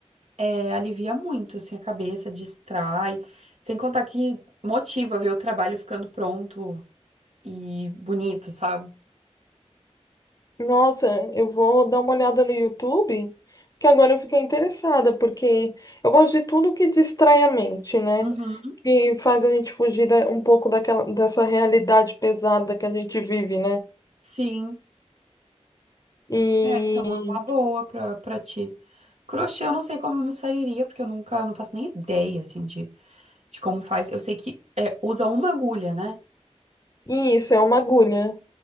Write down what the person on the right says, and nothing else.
é, alivia muito, assim, a cabeça, distrai, sem contar que motiva ver o trabalho ficando pronto e bonito, sabe?
Uhum.
Sim.
É, então é uma boa pra, pra ti. Crochê eu não sei como eu me sairia, porque eu nunca, não faço nem ideia, assim, de, de como faz. Eu sei que é, usa uma agulha, né?